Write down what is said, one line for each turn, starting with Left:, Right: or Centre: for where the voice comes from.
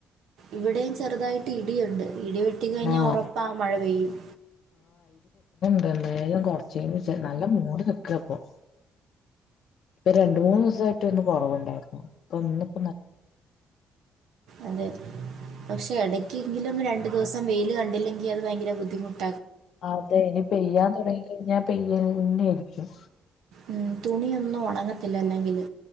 Right: ഇവിടെയും ചെറുതായിട്ട് ഇടിയുണ്ട് ഇടി വെട്ടി കഴിഞ്ഞാ
Left: ആ
Right: ഉറപ്പാ മഴ പെയ്യും
Left: എന്തആയാലും കൊറച്ച ക നല്ല മൂട് നിക്കാൻ ഇപ്പം ഇ രണ്ട മൂന്ന്ു ദിവസമായിട്ട് ഒന്ന് കുറവുണ്ടായിരുന്നു അപ്പൊ
Right: അതെ പക്ഷേ ഇടയ്ക്കെങ്കിലും രണ്ട് ദിവസം വെയിൽ കണ്ടില്ലെങ്കിൽ അത് ഭയങ്കര ബുദ്ധിമുട്ട്
Left: അതെ ഇനി പെയ്യാൻ തുടങ്ങിഴ ഞ്ഞഞാൻ പെയ്യ തന്നെ ആയിരിക്കും
Right: ഉം തുണിയൊന്നും ഉണങ്ങത്തില്ല അല്ലെങ്കില്